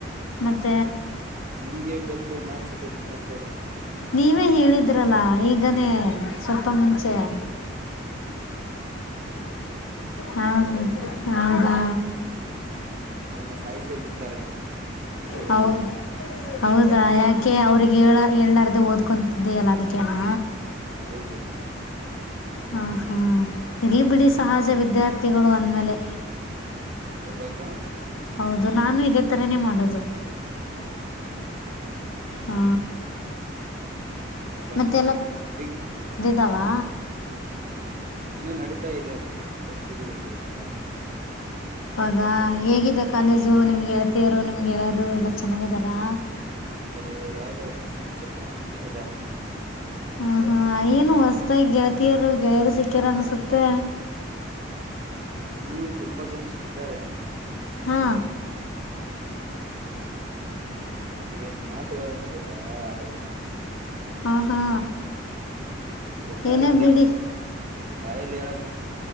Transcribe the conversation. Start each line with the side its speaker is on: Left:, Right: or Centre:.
Left: ಮತ್ತೆ.
Right: ನಿಮ್ಗೆಗ್ ಗೊತ್ತು ನಾನ್ ಸಿದ್ಧತೆ ನಡ್ಸೋದ.
Left: ನೀವೇ ಹೇಳಿದ್ರಲ್ಲ ಈಗನೇ ಸ್ವಲ್ಪ ಮುಂಚೆ.
Right: ಹ್ಮ.
Left: ಹಾ. ಆಗಾ.
Right: ನನ್ನ ಸಾಯಿಸೇ ಬಿಡ್ತಾರೆ ನೀವ್ ಹೇಳ್ದಾರ್ಗೆ
Left: ಹೌದು. ಹೌದಾ ಯಾಕೆ ಅವ್ರಿಗೆ ಹೇಳ ಹೇಳಾರ್ದೇ ಓದ್ಕೊಂತಿದ್ದೆಯಲ್ಲ ಅದಕ್ಕೆನಾ.
Right: ಹೌದು ಹ್ಮ್.
Left: ಹ ಹಾ ಇರ್ಲಿ ಬಿಡಿ ಸಹಜ ವಿದ್ಯಾರ್ಥಿಗಳು ಅಂದಮೇಲೆ.
Right: ಹೌದಲ್ವಾ.
Left: ಹೌದು ನಾನು ಇದೇ ತರಾನೇ ಮಾಡೋದು.
Right: ಹ್ಮ್.
Left: ಹಾ.
Right: ಬಟ್
Left: ಮತ್ತೆ
Right: ಹುಡಿ
Left: ದವಾ.
Right: ಇನ್ನುೂ ನಡೀತಾ ಇದೆ ಹೋಗ್ತಿದ್ದೀವಿ ಡೈಲಿ ಕಾಲೇಜ್ಗೆ.
Left: ಹೌದಾ ಹೇಗಿದೆ. ಕಾಲೇಜು
Right: ಹ್ಮ್
Left: ನಿಮ್ಗೆಳಳ್ತಿಯರು ನಿಮ್. ಗೆಳೆಯರು ಎಲ್ಲ ಚೆನ್ನಾಗಿದಾರಾ.
Right: ಎಲ್ಲಾರು ಚೆನ್ನಾಗಿನೇ ಇದಾರೆ.
Left: ಹ ಹಾ ಏನು ಹೊಸತಾಗಿ ಗೆಳತಿಯರು ಗೆಳೆಯರು ಸಿಕ್ಕ್ಯಾರ ಅನ್ಸುತ್ತೆ.
Right: ಹ್ಮ್ ತುಂಬಾ ಜನ ಸಿಕ್ಕಿದ್ದಾರೆ.
Left: ಹಾ.
Right: ಏನ್ ಮಾತುಗಳಂತೀರ ಆಡದ.
Left: ಹಾ ಹಾ.
Right: ಫುಲ್ಲು ಬಾರಿ
Left: ಏನೇ ಬಿಡಿ
Right: ಬಾಯಲ್ಲಿ ಹೇಳಕ್